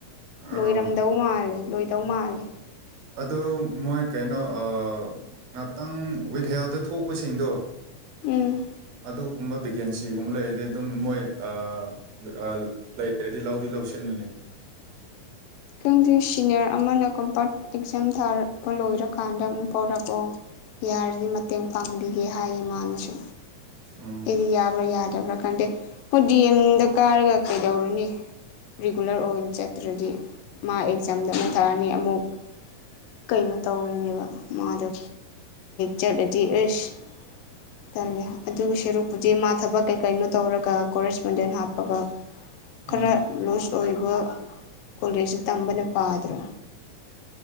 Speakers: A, on the right; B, on the left.
A: ꯑꯥ
B: ꯂꯣꯏꯔꯝꯗꯧ ꯃꯥꯜꯂꯦ ꯂꯣꯏꯗꯧ ꯃꯥꯜꯂꯦ
A: ꯑꯗꯨ ꯃꯣꯏ ꯀꯩꯅꯣ ꯑꯥ ꯉꯥꯛꯇꯪ ꯋꯤꯠꯍꯦꯜꯗ ꯊꯣꯛꯄꯁꯤꯡꯗꯣ
B: ꯎꯝ
A: ꯑꯗꯨꯒꯨꯝꯕ ꯚꯦꯀꯦꯟꯁꯤꯒꯨꯝꯕ ꯂꯩꯔꯗꯤ ꯑꯗꯨꯝ ꯃꯣꯏ ꯑꯥ ꯂꯩꯔꯗꯤ ꯂꯧꯗꯤ ꯂꯧꯁꯤꯟꯕꯅꯤ
B: ꯈꯪꯗꯦ ꯁꯤꯅꯤꯌꯔ ꯑꯃꯅ ꯀꯝꯄꯥꯔꯇ ꯑꯦꯛꯖꯥꯝ ꯊꯥꯔ ꯂꯣꯏꯔꯀꯥꯟꯗ ꯑꯃꯨꯛ ꯐꯥꯎꯔꯛꯑꯣ ꯌꯥꯔꯗꯤ ꯃꯇꯦꯡ ꯄꯥꯡꯕꯤꯒꯦ ꯍꯥꯏꯌꯦ ꯃꯥꯅꯁꯨ
A: ꯎꯝ
B: ꯑꯩꯗꯤ ꯌꯥꯕ꯭ꯔꯥ ꯌꯥꯗꯕ꯭ꯔꯥ ꯈꯪꯗꯦ ꯍꯣꯏ ꯗꯤ ꯑꯦꯝꯗ ꯀꯥꯔꯒ ꯀꯩꯗꯧꯔꯨꯅꯤ ꯔꯤꯒꯨꯂꯔ ꯑꯣꯏꯅ ꯆꯠꯇ꯭ꯔꯗꯤ ꯃꯥ ꯑꯦꯛꯖꯥꯝꯗ ꯑꯃꯨꯛꯊꯥꯔꯅꯤ ꯑꯃꯨꯛ ꯀꯩ ꯃꯨꯛ ꯇꯧꯔꯅꯦꯕ ꯃꯥꯗꯣ ꯆꯠꯂꯗꯤ ꯑꯦꯁ ꯇꯜꯂꯦ ꯑꯗꯨꯒ ꯁꯦꯔꯨꯛꯄꯨꯗꯤ ꯃꯥ ꯊꯕꯛ ꯀꯩ ꯀꯩꯅꯣ ꯇꯧꯔꯒ ꯀꯣꯔꯦꯁꯄꯣꯟꯗꯦꯟ ꯍꯥꯞꯄꯒ
A: ꯎꯝ
B: ꯈꯔ ꯂꯨꯁ ꯑꯣꯏꯕ ꯀꯣꯂꯦꯖꯁ ꯇꯝꯕꯅ ꯄꯥꯗ꯭ꯔꯣ